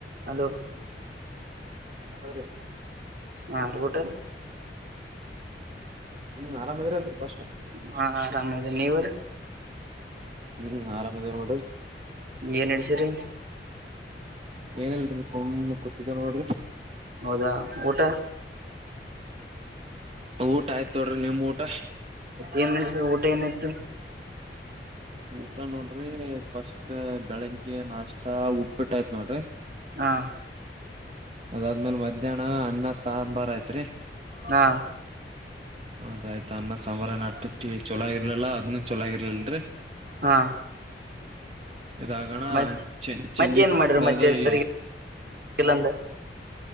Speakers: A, on the right; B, on the right.
A: Hello
B: hello ರೀ
A: ಹಾಡುಬಊಟ
B: ಹ್ಮ್ ಆರಾಮದ್ರ ಅಲ್ರಿ ಫಸ್ಟ್
A: ಹಾ ಆರಾಮದ ನೀವರು
B: ಹ್ಮ್ ಆರಾಮಾಮತಿ ನಿೋಡಿ
A: ಏನ್ಡಸರಿ
B: ಏನಲ್ತ್ರಿ ಸುಮ್ನೆ ಕೂತಿದ್ದ ನೋಡ್ರಿ
A: ಹೌದಾ ಊಟ
B: ಊಟ ಆಯ್ತ ತೊಡ್ರಿ ನಿಮ್ ಊಟ
A: ಏನು ಮಸ ಊಟ ಏನತ್ತುು
B: ಊಟ ನೋಡ್ರಿ ಫಸ್ಟ್ ಬೆಳಿಗ್ಗೆ ನಾಷ್ಟ ಉಪ್ಪಿಟ್ಟಯ್ತ್ ನೋಡ್ರಿ
A: ಹಾ
B: ಅದಾದ್ಮೇಲ್ ಮಧ್ಯಾಹ್ನ ಅನ್ನ ಸಾಂಬಾರ್ ಯತ್ರಿ
A: ಹಾ
B: ಅದಾಯ್ತ ಅನ್ನ ಸಂ್ರ ನಟ್ಟಟ್ಟಿ ಚಲಾಗಿರ್ಲಿಲ್ಲಾ ಅದ್ನ್ನ ಚೊಲಾಗಿರ್ಲಲ್ರರಿ
A: ಹಾ
B: ಇದಾಗಣ
A: ಮತ್
B: ಚ
A: ಮತ್ತ
B: ಚೆಜಿ
A: ಏನ್ ಮಾಡ್ರಿ ಮತ್ತೆ
B: ದ ಈ
A: ಸರಿ ಇಲ್ಲಂದ